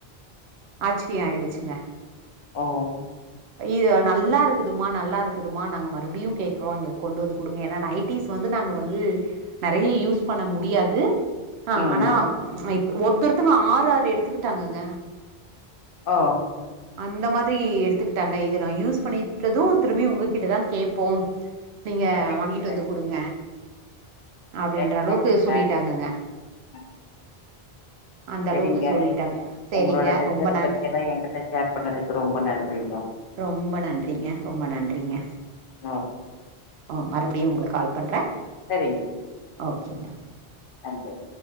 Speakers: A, on the right (about 85°); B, on the left (about 65°).
A: ஆச்சரிய ஆயிடுச்சுங்க
B: ஓ <inaudible>
A: இது நல்லா இருக்குதுமா நல்லா இருக்குதுமா நாங்க மறுபடியும் கே்கறோம் எங்களுக்கு கொண்டு வந்து கொடுங்க ஏன்னா நைடீஸ் வந்து நாங்க வந்து நிறைய யூஸ் பண்ண முடியாது ஆஹ்
B: ம்
A: ஆனா ஒருத்தருத்தங்க ஆறு ஆறு எடுத்துக்கிட்டாங்கங்க
B: ஓ
A: அந்த மாதிரி எடுத்து க்கிட்டாக இது யூஸ் பண்ணிட்டதும் திரும்பி உங்ககிட்ட தான் கேட்போம் நீங்க
B: சரிங்க
A: வாங்கிட்டு
B: சரிங்க
A: வந்து கொடுங்க அப்படின்ற
B: சரிங்க
A: அளவுக்கு சொல்லிட்டாங்கங்க
B: ஆ ஆ.
A: அந்த
B: சரிங்க
A: அளவுக்கு சொல்லிட்டேங்க சரிங்க
B: உங்களோட பிசினஸ்
A: ரொம்ப நன்றி
B: பத்தி எல்லா என்கிட்ட ஷேர் பண்ணதுக்கு ரொம்ப நன்றிங்க
A: ரொம்ப நன்றிங்க ரொம்ப நன்றிங்க
B: ஓ
A: ஓ மறுபடியும் உங்களுக்கு கால் பண்ணுறேன்
B: சரிங்க <unintelligible>
A: ஓகேங்க
B: அன்பே <inaudible>